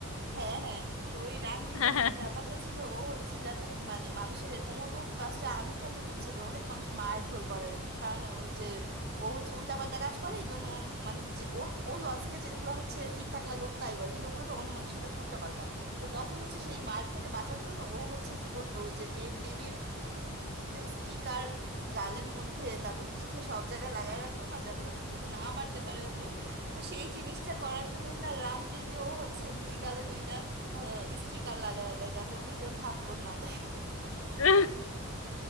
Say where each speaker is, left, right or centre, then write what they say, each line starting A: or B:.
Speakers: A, on the right (about 45°); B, on the left (about 70°).
A: হ্যাঁ হ্যাঁ তো ওই রণবীর
B: হ্যাঁ
A: কাপুরের
B: হ্যাঁ
A: ব্যাপারটা ছিল ও হচ্ছে যাতে মানে মানুষের এরকমও তো ফার্স্টে আমির খান তো বুঝছে যে অনেক মানুষ মারধর করে কারণ ওই যে ও হচ্ছে উল্টাপাল্টা কাজ করে এই জন্য মানে যে ওর ওর লজিকে যেগুলো হচ্ছে ঠিকঠাক লাগে ও তাই করে কিন্তু ওগুলো তো অন্য মানুষের কাছে উল্টাপাল্টা তো তখন হচ্ছে সেই মার থেকে বাঁচার জন্য ও হচ্ছে কি করতো ওই যে দেব দেবীর স্টিকার গালের মধ্যে তারপর পিঠে সব জায়গায় লাগায় রাখতো না যাতে হচ্ছে কেউ না মারতে পারে ওকে তো সেই জিনিসটা করার জন্য না রণবীরকেও হচ্ছে দুই গালে দুইটা আহ, স্টিকার লাগায় দেয় যাতে ওকে কেউ থাপ্পড় না দেয়
B: হ্যাঁ।